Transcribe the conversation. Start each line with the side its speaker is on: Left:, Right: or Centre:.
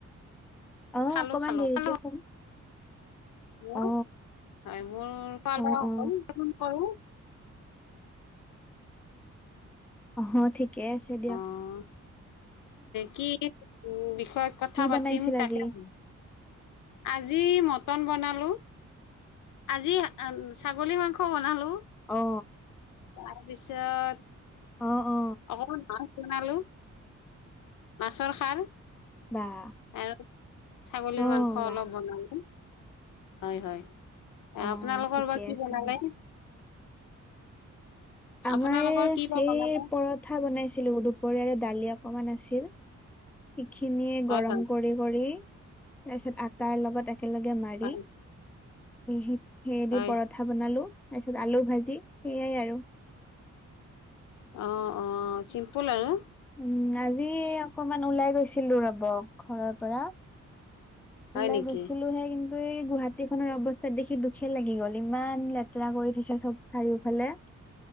Centre: অ'!
Left: খালো
Centre: অকমান
Left: খালো
Centre: দেৰিকে
Left: খালো
Centre: শুম।
Left: <unintelligible>
Centre: অ
Left: হয়! মোৰ,
Centre: অ অ
Left: <unintelligible> কৰোঁ।
Centre: অ'! ঠিকে আছে দিয়ক।
Left: অ'! কি? উম! বি বিষয়ে কথা
Centre: কি
Left: পাতিম
Centre: বনাইছিল
Left: তাকে।
Centre: আজি
Left: আ আজি মটন বনালোঁ। আজি ছাগলী মাংস বনালোঁ।
Centre: অ
Left: তাৰপিছত,
Centre: অ অ
Left: অকমান নাম শুনালোঁ। মাছৰ খাৰ
Centre: বাহ
Left: আৰু ছাগলীৰ
Centre: অ
Left: মাংস অলপ
Centre: বাহ
Left: বনালোঁ। হয়, হয়।
Centre: অ
Left: আপোনালোকৰ
Centre: ঠিকে
Left: বা কি
Centre: আছে
Left: বনালে?
Centre: দিয়ক আমাৰ
Left: আপোনালোকৰ কি বা
Centre: সেই,
Left: বনালে
Centre: পৰঠা বনাইছিলোঁ, দুপৰীয়াৰে দালি অকমান আাছিল। সিখিনিয়ে
Left: হয়
Centre: গৰম
Left: হয়
Centre: কৰি, কৰি তাৰপিছত আটাৰ লগত এ একেলগে মাৰি,
Left: হয়
Centre: সেই,
Left: হয়
Centre: দি পৰঠা বনালোঁ। তাৰপিছত, আলু ভাজি সেইয়াই আৰু
Left: অ'! অ'! সি <unintelligible>
Centre: উম! আজি অকমান ওলাই গৈছিলোঁ, ৰ'ব ঘৰৰ পৰা।
Left: হয়
Centre: ওলাই
Left: নেকি
Centre: গৈছিলোঁ হে এই গুৱাহাটী খনৰ অৱস্থাত দেখি দুখে লাগি গ'ল। ইমান লেতেৰা কৰি থৈছে চব চাৰিওফালে।